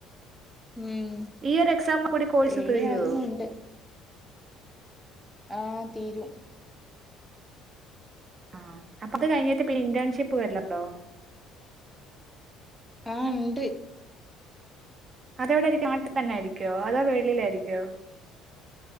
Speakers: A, in the centre; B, on the right.
A: ഉം
B: ഈ ഒരു എക്സാം കൂടി കോഴ്സ്
A: പേടിയാവുന്നുണ്ട്
B: തീരോ?
A: ആ തീരും.
B: ആ. അപ്പൊ ത് കഴിഞ്ഞിട്ട് പി ന്റേൺഷിപ്പ് വരല്ണ്ടോ?
A: ആ. ണ്ട്.
B: അതെവിടെ ആയിരിക്കും? നാട്ടിൽ തന്നെ ആയിരിക്കുവോ? അതോ വെളിയില് ആയിരിക്കോ?